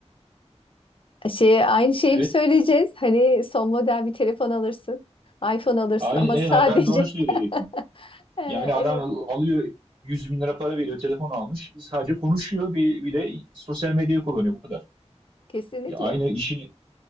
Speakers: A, on the left; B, on the right.
A: şey aynı şeyi
B: e, evet
A: bir söyleyeceğiz. Hani son model bir telefon alırsın. iPhone alırsın
B: Aynen,
A: ama
B: e,
A: sadece
B: ha, ben de onu söyleyecektim.
A: <laughs> Ee,
B: Yani adam
A: evet
B: alıyor 100 bin lira para veriyor, telefon almış. Sadece konuşuyor bir, bir de sosyal medyayı kullanıyor bu kadar.
A: kesinlikle.
B: Ya aynı işi